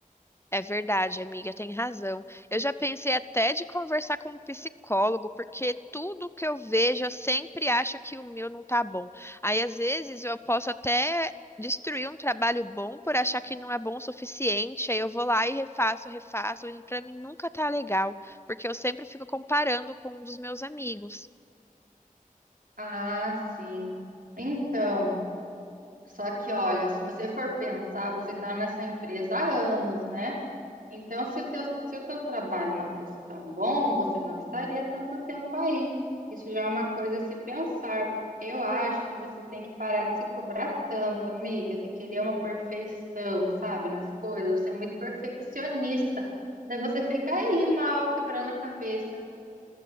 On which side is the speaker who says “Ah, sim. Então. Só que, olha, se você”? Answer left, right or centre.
Right